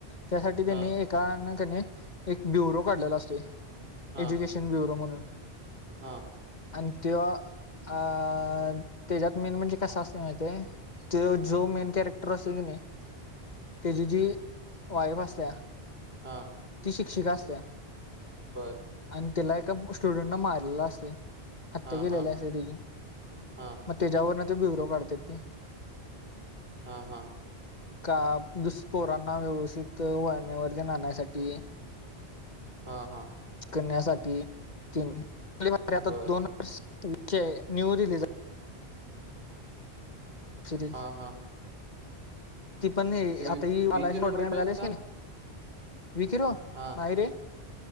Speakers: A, on the left; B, on the right.
A: त्यासाठी त्यांनी
B: हा
A: एकाकने एक ब्युरो काढलेला असते
B: हा हा
A: एज्युकेशन ब्युरो म्हणून
B: हा
A: आणि तेव्हा अ त्याच्यात मेन म्हणजे कस असते माहि त जो मेन करेक्ट कॅरेक्टर असतोय की नाही त्याची जी वाईफ असत
B: हा
A: ती शिक्षिका असत्या
B: बर
A: आणि तिला एका स्टुडंट न मारलेला असते हत्या
B: हा
A: केलेली
B: हा
A: असते तची
B: हा
A: मग त्याच्यावरन ते ब्युरो काढतेात ती
B: हा हा
A: का दुषपोरा व्यवस्थित वाण्यावरती राहण्यासाठी
B: हा हा
A: ण्याता
B: बर
A: दोन विषय न्यू रिली सिरीज
B: हा हा
A: ती पण नाही
B: ते
A: आता ही मलाडेटघालीस
B: वी किलो भेटलेस का
A: की नाही विकिर नाहीय
B: हा
A: रे